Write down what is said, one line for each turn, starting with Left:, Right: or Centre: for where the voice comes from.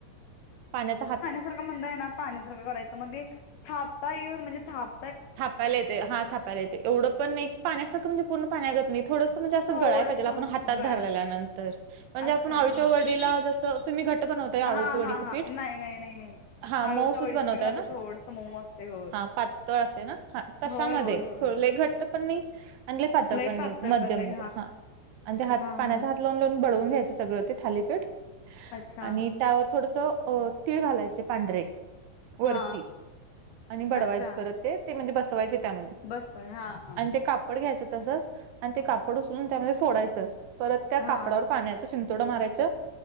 Right: पाण्याचा हात
Left: म्हण ना पाण्यासारंख करायचं म्हणे थापता येऊन म्हणजे थाप
Right: थापायला येते ह थापायला येतय येवढ नाही की पाण्यासारं पूर्ण पाण्यागत नईत. थोडस म्हणजे असं
Left: थोडस
Right: गळाय पाहिजे आपण हातात
Left: गळा
Right: धरलेल्यानंतर म्हणजे
Left: अच्छा
Right: आपण आळुच्या
Left: हा
Right: वडीला जसं. तुम्ही घट्ट बनवताय आळूच
Left: हा
Right: वडीचं
Left: हा हा
Right: पीठ?
Left: नाही नाही नाही नाही नाही
Right: हा मऊसूद
Left: आळूच्या वडीचं
Right: बनवताय
Left: पीठ माझं
Right: ना
Left: थोडस मऊ असते होय
Right: हा पात पातळ तशामध्ये
Left: होय होय होय
Right: थोड लय घट्ट पण नाही. चांगले पातळपण
Left: लय
Right: नाही
Left: पातळ
Right: मध्यम
Left: पण नाही
Right: हा आणि जे हात
Left: हा
Right: पाण्याचा
Left: हा
Right: हात. लावून लावून बडवून घ्यायचं सगळं ते थालीपीठ
Left: अच्छा
Right: आणि. त्यावर थोडस तीळ घालायचे पांढरे. वरती
Left: हा
Right: आणि बडवायची
Left: अच्छा
Right: परत ते म्हणजे बसवायचे. त्यामध्ये
Left: बस हा हा
Right: आणि ते कापड घ्यायचं तसच आणि ते कापड उचलून त्यामध्ये सोडायचं. परत त्या
Left: हा
Right: कापडावर पाण्याच शिंतोडं मारायचं